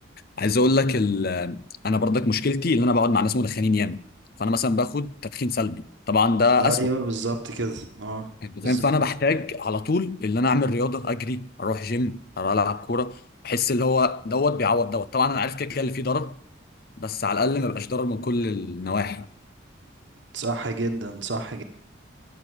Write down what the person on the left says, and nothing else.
عايز اقول لك ال... انا برضك مشكلتي ان انا بقعد مع ناس مدخنين ياما فانا مثلا باخد تدخين سلبي طبعا ده
اسوأ
انت
فاهم فانا بحتاج على طول ان انا اعمل رياضه اجري اروح جيم اروح العب كوره بحس اللي هو دوت بيعوض دوت طبعا انا عارف كده كده اللي فيه ضرر بس على الاقل ما بقاش ضرر من كل النواحي